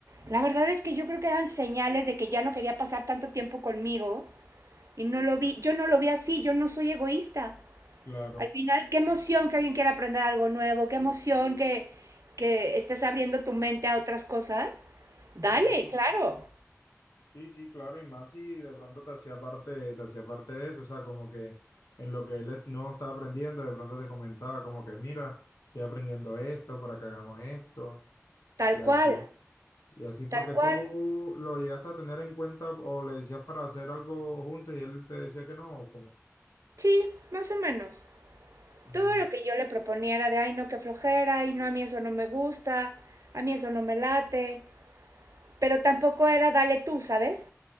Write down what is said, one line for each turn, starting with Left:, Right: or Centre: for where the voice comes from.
Right: la verdad es que yo creo que eran señales de que ya no quería pasar tanto tiempo conmigo y no lo vi, yo no lo vi así, yo no soy egoísta.
Left: claro.
Right: Al final, qué emoción que alguien quiera aprender algo nuevo, qué emoción que, que estés abriendo tu mente a otras cosas. Dale,
Left: Sí,
Right: claro,
Left: Sí, sí, claro, y más si de pronto te hacía parte, te hacía parte de eso, o sea, como que en lo que él es- no estaba aprendiendo, de pronto te comentaba como que mira, estoy aprendiendo esto para que hagamos esto,
Right: tal
Left: y así,
Right: cual,
Left: y así porque
Right: tal cual.
Left: tú lo llegaste a tener en cuenta o le decías para hacer algo juntos y él te decía que no, o como,
Right: Sí, más o menos.
Left: mm,
Right: Todo lo que yo le proponía era de, ay, no, qué flojera, y no, a mí eso no me gusta, a mí eso no me late, pero tampoco era, dale tú, ¿sabes?